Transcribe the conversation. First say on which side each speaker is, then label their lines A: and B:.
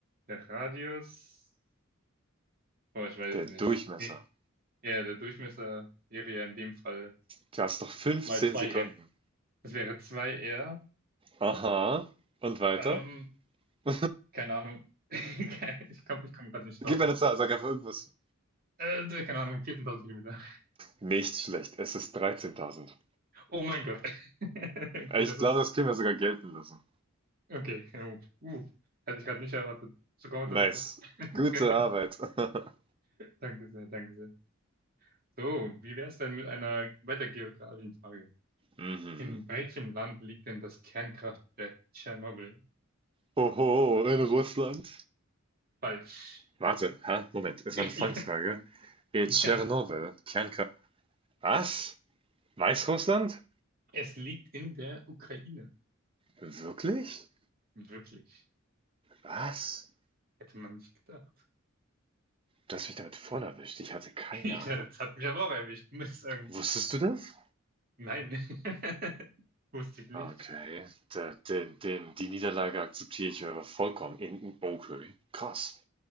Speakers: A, on the right; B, on the right.
A: der Radius, oh, ich weiß
B: Der
A: es
B: Durchmesser.
A: nicht. Nee. Ja, der Durchmesser wäre ja in dem Fall
B: Du hast noch 15
A: zwei zwei
B: Sekunden.
A: r Das wäre zwei r
B: Aha. Und weiter?
A: Ähm,
B: <laughs>
A: keine Ahnung. <laughs> Ich komme ich komm gerade nicht
B: Gib
A: drauf.
B: mir eine Zahl, sag einfach irgendwas.
A: Äh, keine Ahnung, 14.000 Kilometer.
B: Nicht schlecht, es ist 13.000.
A: Oh mein Gott. <laughs> Okay,
B: Ich
A: das
B: glaube,
A: ist,
B: das können wir sogar gelten lassen.
A: okay. Uh, uh, hatte ich gerade nicht erwartet. So kommt
B: Nice.
A: der Druck. <laughs>
B: Gute Arbeit. <laughs>
A: Danke sehr, danke sehr. So, wie wäre es denn mit einer weiter geografischen Frage?
B: Mhm.
A: In welchem Land liegt denn das Kernkraftwerk Tschernobyl?
B: Oho, in Russland?
A: Falsch.
B: Warte, ha, Moment, es war
A: <laughs>
B: eine Fangfrage. In
A: Ja,
B: Tschernobyl, Kernkraft. Was? Weißrussland?
A: es liegt in der Ukraine.
B: Wirklich?
A: Wirklich.
B: Was?
A: Hätte man nicht gedacht. <laughs>
B: Du hast mich damit voll erwischt, ich hatte keine
A: Ich,
B: Ahnung.
A: das hat mich aber auch erwischt, muss ich sagen.
B: Wusstest du das?
A: Nein. <laughs> Wusste ich nicht.
B: Okay, da, den, den, die Niederlage akzeptiere ich äh, vollkommen. In- Okay, krass.